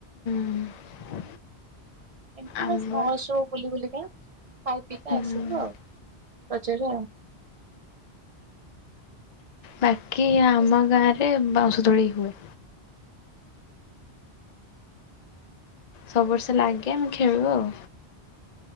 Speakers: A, on the left; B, on the right.
A: ହୁଁ।
B: ଏମିତି
A: ଆମ
B: ବାସ୍ ମହୋତ୍ସବ ବୁଲି ବୁଲିକା ଖାଇ ପିଇକା
A: ହୁଁ
B: ଆସିଲୁ ଆଉ। ରଜରେ ଆଉ।
A: ବାକି ଆମ ଗାଁରେ ବାଉଁଶ ଦୋଳି ହୁଏ। ସବୁ ବର୍ଷ ଲାଗେ ଆମେ ଖେଳୁ ଆଉ।